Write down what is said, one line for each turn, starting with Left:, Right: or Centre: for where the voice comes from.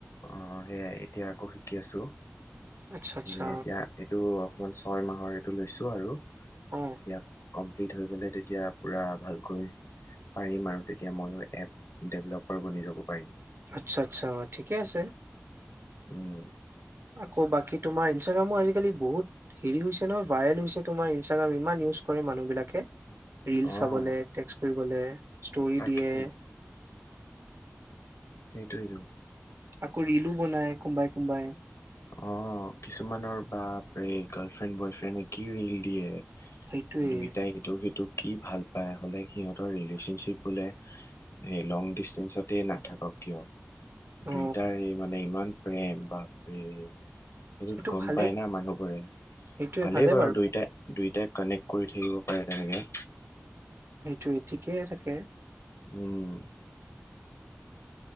Left: অ সেয়াই এতিয়া আকৌ শিকি আছোঁ
Right: আচ্ছা আচ্ছা
Left: এ এতিয়া এইটো অকণমান ছয় মাহৰ এইটো লৈছোঁ আৰু
Right: অ
Left: ইয়াক কমপ্লিট হৈ গ'লে তেতিয়া- পূৰা ভালকৈ পাৰিম আৰু। তেতিয়া ময়ো এপ ডেভেলপ- অ ভনী যাব পাৰিম।
Right: আচ্ছা আচ্ছা ঠিকে আছে।
Left: উম।
Right: আকৌ বাকী তোমাৰ ইনষ্টাগ্ৰামো আজিকালি বহুত হেৰি হৈছে নহয় ভাইৰেল হৈছে তোমাৰ ইনষ্টাগ্ৰাম ইমান ইউজ কৰে মানুহ বিলাকে। ৰিল চাবলে
Left: অঁ
Right: দে। ইউজ কৰিবলে- ষ্টৰী
Left: তাকেই
Right: দিয়ে-
Left: সেইটোৱেই যাওঁ।
Right: আকৌ ৰিলো বনাই কোনোবাই-কোনোবাই।
Left: অ কিছুমানৰ বাপৰেই গাৰ্ল ফ্ৰেণ্ড বয় ফ্ৰেণ্ডে কি ৰিল দিয়ে।
Right: সেইটোয়ে
Left: দুইটাই এইটো সিটো কি ভাল- পায় হ'লে সিহঁতৰ ৰিলেশ্যনশ্বিপ বোলে সেই লং ডিচষ্টেঞ্চতেই নাথাকক কিয়।
Right: অ
Left: দুইটাৰে এই মানে ইমান- প্ৰেম বা - এই- সেইটোত
Right: এইটো
Left: গম
Right: ভালে
Left: পাই না মানুহবোৰে
Right: সেইটোয়ে
Left: ভালেই
Right: ভালে
Left: বাৰু দুইটাই-দুইটাই- কানেক্ট। কৰি থাকিব পাৰে তেনেকে।
Right: টো ঠিকেই থাকে।
Left: উম।